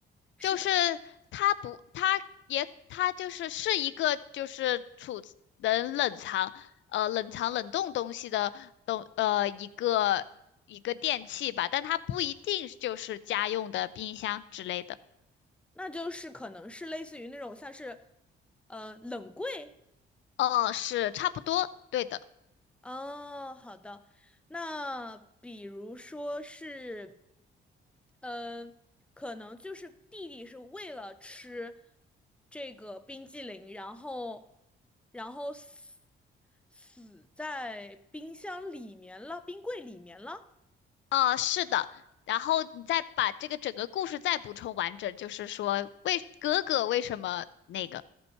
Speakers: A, in the centre; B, on the left.
A: 是在，
B: 就是他不，他也他就是是一个就是储能冷藏呃冷藏冷冻东西的东呃一个一个电器吧，但它不一定就是家用的冰箱之类的。
A: 那就是可能是类似于那种像是，呃，冷柜。
B: 哦，是差不多，对的。
A: 哦，好的。那比如说是，呃，可能就是弟弟是为了吃这个冰激凌，然后，然后死死在冰箱里面了，冰柜里面了，
B: 呃，是的。然后你再把这个整个故事再补充完整，就是说为哥哥为什么那个，